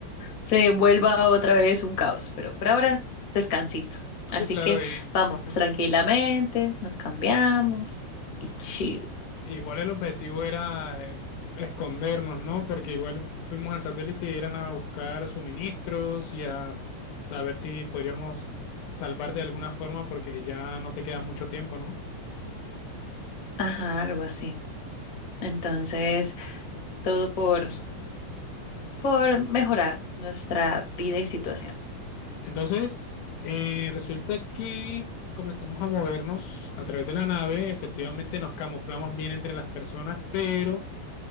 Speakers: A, on the left; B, on the left.
A: se vuelva otra vez un caos, pero por ahora descansito. Así
B: Sí, claro,
A: que
B: y,
A: vamos tranquilamente, nos cambiamos y chill.
B: igual el objetivo era eh, escondernos, ¿no? Porque igual fuimos al satélite y eran a buscar suministros y a, s- a ver si podríamos salvarte de alguna forma porque ya no te queda mucho tiempo, ¿no?
A: Ajá, algo así. Entonces, todo por, por mejorar nuestra vida y situación.
B: Entonces, eh, resulta que comenzamos a movernos a través de la nave, efectivamente nos camuflamos bien entre las personas, pero